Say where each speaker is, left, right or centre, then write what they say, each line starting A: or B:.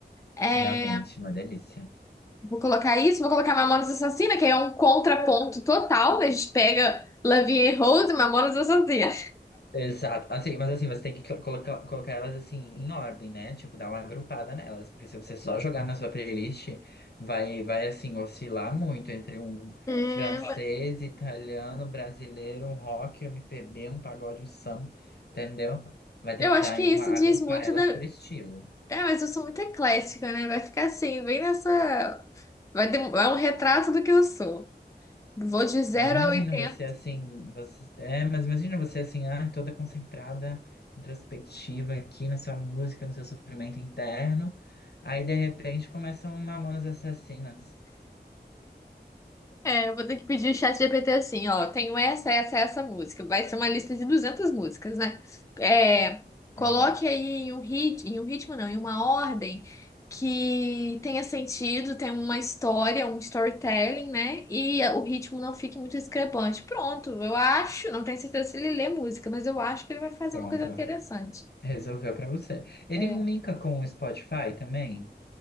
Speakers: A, on the left; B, on the left.
A: É,
B: É realmente uma delícia.
A: vou colocar isso, vou colocar Mamonas Assassina, que é um contraponto total, né? A gente pega Love and Rose e Mamonas Assassina.
B: Exato. Assim, mas assim, você tem que cl- colocar, colocar elas assim em ordem, né? Tipo, dar uma agrupada nelas, porque se você só jogar na sua playlist, vai, vai assim oscilar muito entre um
A: É,
B: francês,
A: mas
B: italiano, brasileiro, um rock, um MPB, um pagode, um samba, entendeu? Vai
A: eu
B: ter que
A: acho
B: dar aí
A: que isso
B: uma agrupar
A: diz muito
B: elas
A: da.
B: por estilo.
A: É, mas eu sou muito eclética, né? Vai ficar assim, bem nessa. Vai dem- É um retrato do que eu sou. Vou de zero
B: Mas imagina
A: a 80.
B: você assim, você, é, mas imagina você assim, ah, toda concentrada, introspectiva aqui na sua música, no seu sofrimento interno. Aí de repente começam Mamonas Assassinas.
A: É, eu vou ter que pedir o chat GPT assim, ó. Tenho essa, essa, essa música. Vai ser uma lista de 200 músicas, né? É, coloque
B: Exato.
A: aí em um ritmo, em um ritmo não, em uma ordem que tenha sentido, tenha uma história, um storytelling, né? E o ritmo não fique muito discrepante. Pronto, eu acho, não tenho certeza se ele lê música, mas eu acho que ele vai fazer
B: Pronto,
A: uma coisa interessante.
B: resolveu pra você. Ele
A: É,
B: não linka com o Spotify também,